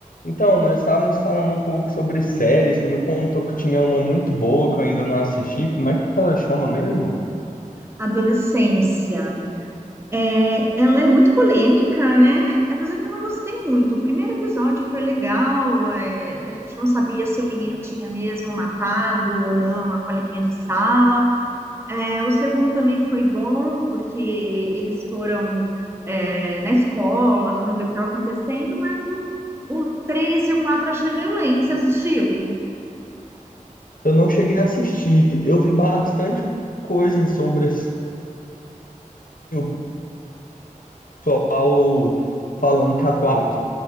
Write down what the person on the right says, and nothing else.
Adolescência. É, ela é muito polêmica, né? Apesar que eu não gostei muito. O primeiro episódio foi legal, é, a gente não sabia se o menino tinha mesmo matado ou não a coleguinha de sala. É, o segundo também foi bom, porque eles foram é, na escola, foram ver o que estava acontecendo, mas o o 3 e o 4 achei meio lento, você assistiu?